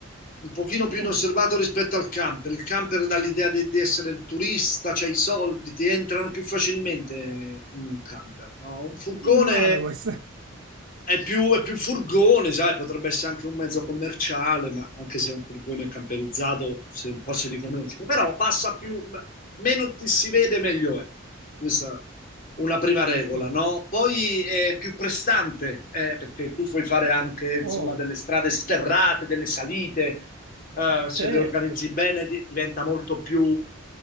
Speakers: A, on the left; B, on the right.
A: un pochino più
B: Oh,
A: inosservato rispetto al camper. Il camper dà l'idea di, di essere il turista, c'hai i soldi, ti entrano più facilmente in un camper, no? Un furgone
B: non male questa.
A: è più, è più furgone, sai, potrebbe essere anche un mezzo commerciale, ma anche se è un furgone camperizzato, se un po' si riconosce. Però passa più, meno ti si vede, meglio è. Questa una prima regola,
B: No.
A: no? Poi è più prestante, eh, perché tu puoi fare anche, insomma,
B: Oh,
A: delle strade sterrate, delle salite, eh,
B: certo.
A: se le organizzi bene di- diventa molto più